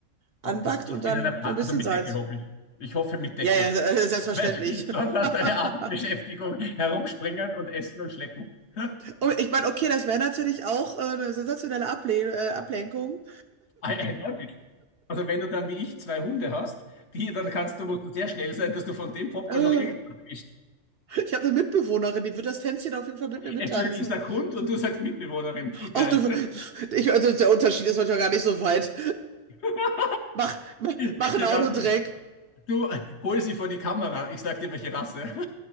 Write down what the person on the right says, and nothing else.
anbackt
und dann
so ein bisschen
Salz.
Ja, ja, äh,
selbstverständlich.
<laughs>
Und ich meine, okay, das wäre natürlich auch äh, eine sensationelle Able äh, Ablenkung.
Äh,
ich habe eine Mitbewohnerin, die wird das Tänzchen auf jeden Fall mit mir mittanzen.
Ach
du, <laughs> ich, also der Unterschied ist manchmal gar nicht so weit.
Mach, mach, mach
einen Autodreck.